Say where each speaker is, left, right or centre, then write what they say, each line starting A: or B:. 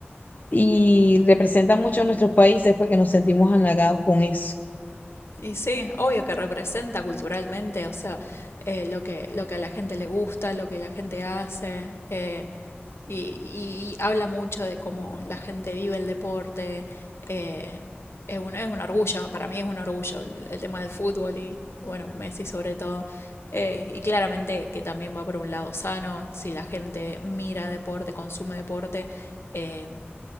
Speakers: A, on the left; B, on the left.
A: y representa mucho a nuestros países porque nos sentimos halagados con eso.
B: Y sí, obvio que representa culturalmente, o sea, eh, lo que, lo que a la gente le gusta, lo que la gente hace. eh, Y, y habla mucho de cómo la gente vive el deporte. eh, es un, es un orgullo, para mí es un orgullo el, el tema del fútbol y, bueno, Messi sobre todo. Eh, y claramente que también va por un lado sano, si la gente mira deporte, consume deporte, eh,